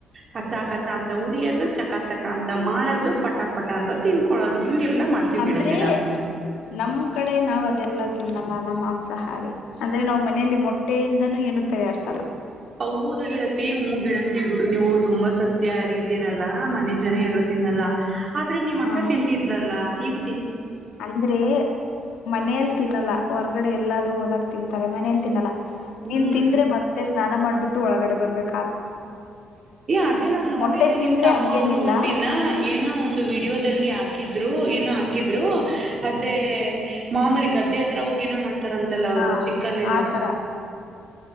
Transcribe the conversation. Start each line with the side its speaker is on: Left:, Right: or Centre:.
Right: ಕಖರ್ಚಾ ಖರ್ಚಾ ಅಂತ ಉಡಿಯೋದು ಚಕ ಚಕ ಅಂತ ಮಾಡೋದು ಪಟ್ಟ ಕಾಪಟ ಅಂತ ತ ತಿನ್ಕೊಳ್ಳೋದು ಹಿಂಗೆಲ್ಲಾ ಮಾಡ್ತೀವಿ
Left: ಅಂದ್ರೆ
Right: ಗೆಳತಿ ನಾವು
Left: ನಮ್ ಕಡೆ ನಾವ್ ಅದೆಲ್ಲ ತಿನ್ನಲ್ಲ ಅಲ್ಲ ಮಾಂಸಾಹಾರಿ ಅಂದ್ರೆ ನಾ್ ಮನೆಯಲ್ಲಿ ಮೊಟ್ಟೆಯಿಂದನೂ ಏನು ತಯಾರ್ಸಲ್ಲ
Right: ಹೌದ ಗೆಳತಿ ಮೂಗಿಡತ್ತತಿ ಬಿಡು ನೀವು ತುಂಬಾ ಸಸ್ಯ ಹರಿದಿರಲ್ಲ ಮನೆ ಜನ ಯಾರು ತಿನ್ನಲ್ಲ ಆದ್ರೆ ನಿಮ್ಮ
Left: ಹ
Right: ಅಕ್ಕ ತಿಂತಿದ್ಲಲ್ಲಾ ಈಗ
Left: ಅಂದ್ರೆ ಮನೇಲ್ ತಿನ್ನಲ್ಲ ಹೊರ್ಗಡೆ ಎಲ್ಲಾದೂ ಹ ಓದಾಗ್ತಿ ಮನೇಲಿ ತಿನ್ನಲ್ಲ
Right: ಹ್ಮ್
Left: ನೀನ್ ತಿಂದ್ರೆ ಮತ್ತೆ ಸ್ನಾನ ಮಾಡ್ಬಿಟ್ಟು ಒಳಗಡೆ ಬರ್ಬೇಕು
Right: ಅದೇ ನಾನ್ ನೋಡಿದ್ದೆ
Left: ಮೊಟ್ಟೆ ತಿಂದ್ರೆ
Right: ನಿಮ್ ತಮ್ಮ
Left: ಹಂಗೇನಿಲ್ಲ
Right: ಅವರು ಒಂದಿನ ಏನೋ ಒಂದು ವಿಡಿಯೋದಲ್ಲಿ ಆ ಹಾಕಿದ್ರು ಏನು ಹಾಕಿದ್ರು ಅದೇ ಮಾಮೂಲಿ ಗದ್ದೆ ಹತ್ರ ಹೋಗಿ ಏನೋ ಮಾಡ್ತಾರಂತಲ್ಲ ಅವರು
Left: ಹಾ
Right: ಚಿಕ್ಕನ್ ಎಲ್ಲ
Left: ಆತರ